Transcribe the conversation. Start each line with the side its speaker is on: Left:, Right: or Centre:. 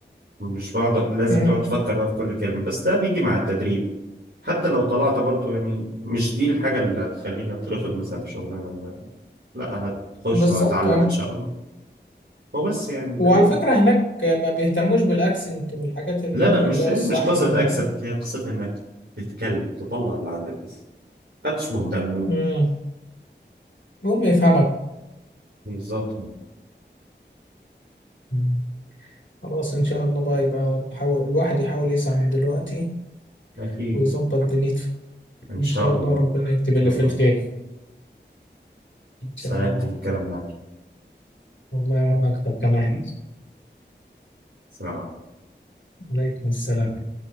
Right: مش بقعد لازم
Left: م-
Right: تقعد تفكر بقى في كل كلمة بس ده بيجي مع التدريب حتى لو طلعت برضو يعني مش دي الحاجة اللي هتخليني أترفض مثلا في شغلانة ولا لا هتخش
Left: بالظبط
Right: وهتعلم
Left: اه
Right: إن شاء الله هو بس يعني
Left: وعلى
Right: ده اللي
Left: فكرة هناك ما بيهتموش بالاكسنت والحاجات النطق
Right: لا لا مش
Left: اللي هو
Right: مش
Left: الصح
Right: قصة
Left: اوي
Right: أكسبت
Left: ده
Right: هي قصة إنك تتكلم تطلع اللي عندك بس محدش مهتم
Left: مم. هم يفهمك
Right: بالظبط
Left: مم. خلاص ان شاء الله بقى يبقى الحاول- الواحد يحاول يسعى من دلوقتي
Right: أكيد
Left: ويظبط دنيته
Right: إن
Left: إن
Right: شاء
Left: شاء الله
Right: الله
Left: ربنا يكتب
Right: إن شاء
Left: اللي في
Right: الله
Left: الخير إن
Right: سعدت
Left: شاء الله
Right: بالكلام معك
Left: والله وأنا أكتر كمان
Right: سلام عليكم
Left: عليكم السلام